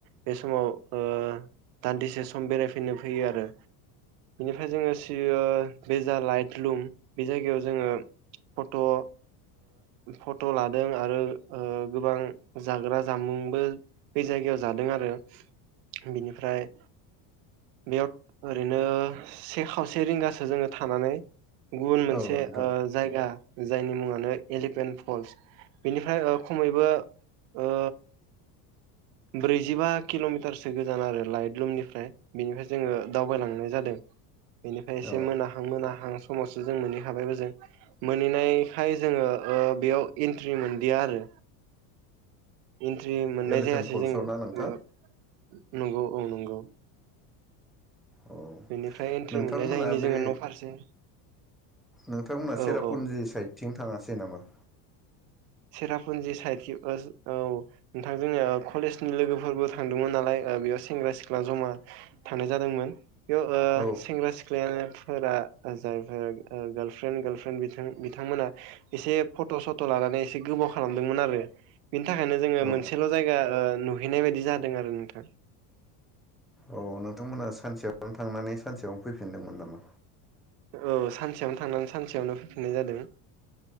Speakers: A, on the right; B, in the centre.
A: बे समाव ओ दान्दिसे सम बेरायफैनो फैयो आरो ओमफ्राय जोङो सि बेजा लाइट लुम बे जायगायाव जोङो फट ओ फट लादों ओ आरो गोबां जाग्रा जामुंबो बे जायगायाव जादों आरो बिनिफ्राय बेयाव ओरैनो से खावसे रिंगासो जोङो थानानै गुबुन मोनसे
B: औ नोंथां
A: ओ जायगा जायनि मुङानो एलिफेन्ट फल्स बेनिफ्राय खमैबो ओ ब्रैजिबा किलमिटारसो गोजान आरो लाइट लुमनिफ्राय बेनिफ्राय जोङो दावबायलांनाय जादों। बेनिफ्राय एसे
B: औ
A: मोनाहां मोनाहां समावसो जों मोनहैखाबायबो जों मोनहैनायखाय जोङो ओ बेयाव इन्ट्रि मोनदिया आरो इन्ट्रि मोननाय
B: एलिफेन्ट
A: जायासै
B: फल्सआव
A: जोङो
B: ना नोंथां
A: ओ नंगौ औ नंगौ
B: औ
A: बेनिफ्राय एन्ट्रि
B: नोंथांमोना
A: मोननाय जायैनि जोङो
B: बे
A: न फारसे
B: नोंथांमोना
A: औ
B: सेरापुन्जि
A: औ
B: साइडथिं थाङासै नामा?
A: सेरापुन्जि साइदखै ओ-औ नोंथां जोङो कलेजनि लोगोफोरबो थांदोंमोन नालाय ओ बेयाव सेंग्रा सिख्ला जमा थांनाय जादोंमोन बेयाव ओ
B: औ
A: सेंग्रा सिख्लायाफोरा जायफोर गार्लफ्र्रेन्ड गारफ्र्रेन्ड बिथांमोना एसे फट सट लानानै एसे गोबाव खालामदोंमोन आरो बिनि थाखायनो जोङो
B: औ
A: मोनसेल जायगा ओ नुहैनाय बायदि जादों आरो नोंथां।
B: औ नोंथांमोना सानसेयावनो थांनानै सानसेयावनो फैफिनदोंमोन नामा?
A: औ सानसेयावनो थांनानै सानसेयावनो फैफिननाय जादों।